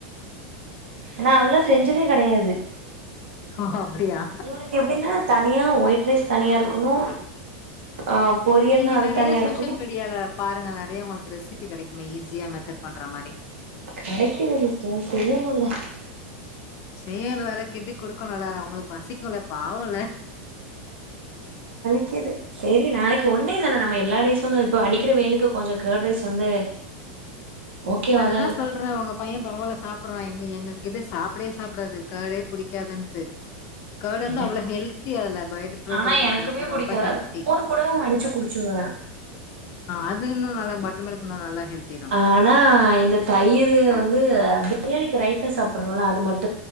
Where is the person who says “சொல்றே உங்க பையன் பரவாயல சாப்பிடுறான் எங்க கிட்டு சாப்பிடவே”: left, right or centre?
Left